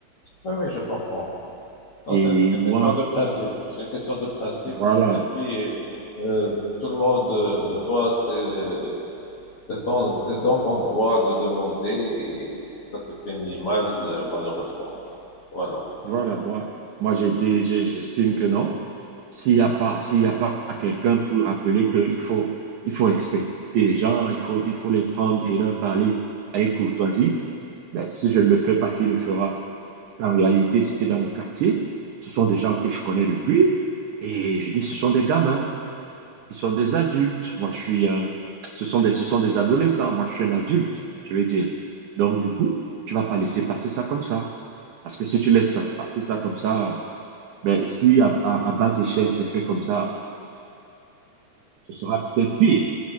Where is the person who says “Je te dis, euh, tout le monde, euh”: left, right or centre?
Left